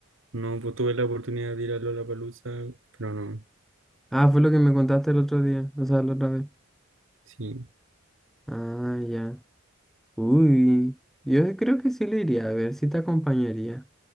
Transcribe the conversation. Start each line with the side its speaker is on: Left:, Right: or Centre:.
Right: No, pues tuve la oportunidad de ir a Lollapalooza, pero no.
Centre: Ah, fue lo que me contaste el otro día, o sea, la otra vez.
Right: Sí.
Centre: Ah, ya. Uy, yo creo que sí le iría a ver, sí te acompañaría.